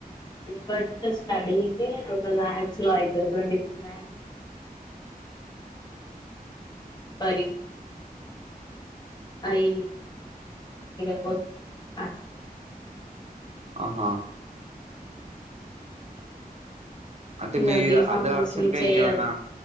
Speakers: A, on the left; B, on the right.
A: బట్ ఒక స్టడీకి లాక్స్ లో అయితది ట్వంటీ లాక్స్ పరి అయి <unintelligible>
B: ఆహా అంటే
A: ఇక
B: మీ
A: బి ఫార్మసీ
B: అదర్ ఆప్షన్ గా
A: చెయదు
B: ఇంకేమైనా